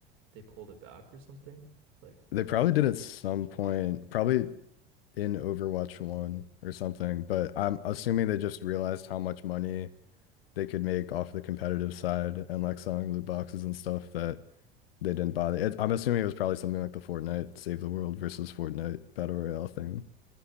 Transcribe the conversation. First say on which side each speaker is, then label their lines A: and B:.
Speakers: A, on the right (about 60°); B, on the left (about 70°).
A: they pulled it back or something? Like,
B: They probably did at some point, probably in Overwatch 1 or something, but I'm assuming they just realized how much money they could make off the competitive side and like selling loot boxes and stuff that they didn't bother. It, I'm assuming it was probably something like the Fortnite Save the World versus Fortnite Battle Royale thing.